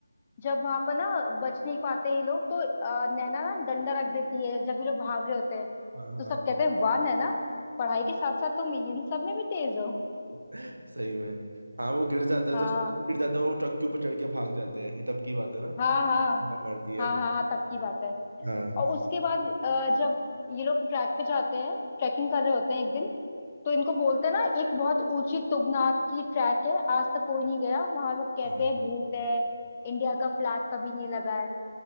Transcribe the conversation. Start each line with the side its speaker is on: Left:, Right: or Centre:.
Left: जब वहां पर ना बच नहीं पाते ये लोग तो अ, नैना ना डंडा रख देती है जब ये लोग भाग रहे होते हैं
Right: हाँ
Left: तो
Right: हाँ
Left: सब कहते हैं वाह नैना पढ़ाई के साथ साथ तुम इन सब में भी तेज हो
Right: <laughs> सही में हाँ वो गिर जाता है
Left: हाँ
Right: जब उसमें गिर जाता है वो ट्रक के ऊपर चढ़ के भाग जाते हैं ये तब की बात है ना
Left: हाँ हाँ
Right: हाँ, मारती है
Left: हाँ हाँ हाँ तब की बात है
Right: हाँ
Left: और उसके बाद अ, जब ये लोग ट्रैक पे जाते हैं ट्रैकिंग कर रहे होते हैं एक दिन तो इनको बोलते हैं ना एक बहुत ऊंची तुंगनाथ की ट्रैक है आज तक कोई नहीं गया वहां सब कहते
Right: हाँ,
Left: हैं भूत है इंडिया का फ्लैग कभी नहीं लगा है